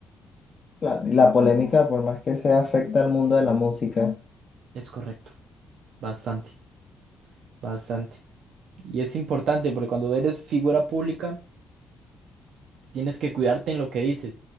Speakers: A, on the left; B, on the right.
A: claro. Y la polémica, por más que sea, afecta al mundo de la música.
B: Es correcto. Bastante, bastante. Y es importante porque cuando eres figura pública, tienes que cuidarte en lo que dices.